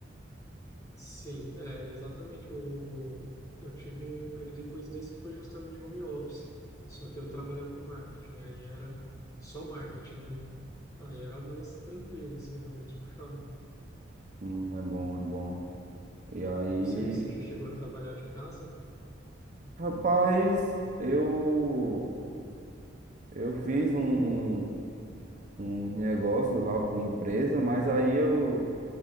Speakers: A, on the left; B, on the right.
A: Sim, é, exatamente. O, eu tive um emprego depois desse que foi justamente home office. Só que eu trabalhava com marketing, aí era só marketing, né? Aí era mais tranquilo, assim, era menos puxado.
B: Hum, é bom, é bom. E aí,
A: Ou seja, você já chegou a trabalhar de casa,
B: rapaz, eu, eu fiz um, um, um negócio lá pra empresa, mas aí eu,